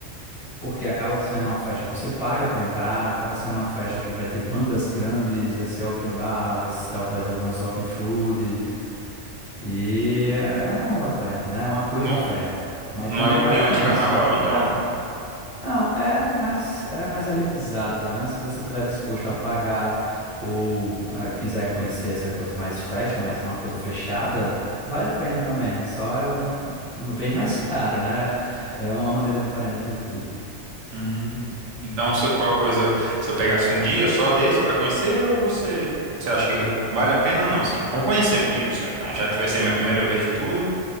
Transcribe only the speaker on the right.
Não,
não
é o
clima
de carnaval,
então, né?
Hum. Então, se eu- qual coisa, se eu pegasse um dia só desse pra conhecer, ou você, você acha que recu- vale a pena ou não, assim, para conhecer um dia só, então, já que vai ser minha primeira vez de tudo,